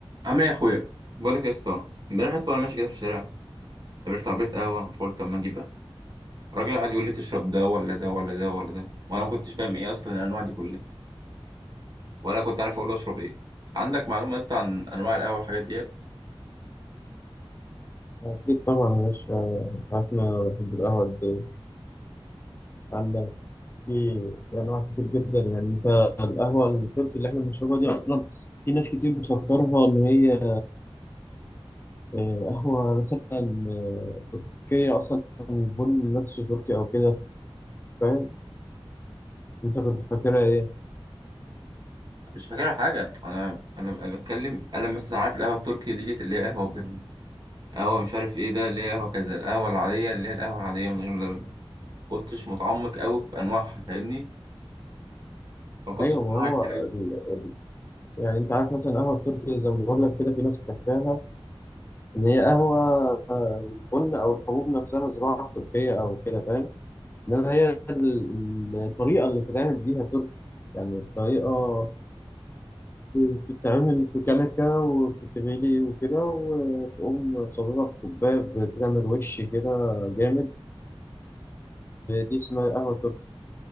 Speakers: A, on the right; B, on the left.
A: عامل ايه يا اخويا بقول لك يا اسطى امبارح يا اسطى وانا ماشي كده في الشارع قابلت عربيه قهوه فقلت اما اجيب قهوه الراجل قعد يقول لي تشرب ده ولا ده ولا ده ولا ده وانا ما كنتش فاهم ايه اصلا الانواع دي كلها ولا كنت عارف اقول له اشرب ايه عندك معلومه يا اسطى عن انواع القهوه والحاجات ديت
B: أكيد طبعا يا باشا أنت عارف إن أنا بحب القهوة قد إيه عندك في في أنواع كتير جدا يعني أنت القهوة التركي اللي إحنا بنشربها دي أصلا في ناس كتير بتفكرها إن هي آه، قهوة مثلا آه، تركية أصلا البن نفسه تركي أو كده فاهم أنت كنت فاكرها إيه؟
A: مش فاكرها حاجه انا انا بتكلم انا مثلا عارف القهوه التركي ديت اللي هي قهوه بلبن قهوه مش عارف ايه ده اللي هي قهوه كذا القهوه العاديه اللي هي القهوه العاديه من غير لبن كنتش متعمق قوي في انواعها فاهمني ما كنتش
B: أيوه
A: أعرف
B: ما هو
A: حاجات كتير
B: ال- يعني أنت عارف مثلا القهوة التركي زي ما بقول لك كده في ناس فاكراها إن هي قهوة آه، البن أو الحبوب نفسها زراعة في تركيا أو كده فاهم انما هي ال- الطريقه اللي بتتعمل بيها تركي يعني الطريقه بتتعمل في كنكه وبتتغلي وكده وتقوم صببها في كوبايه بتعمل وش كده جامد دي اسمها القهوه التركي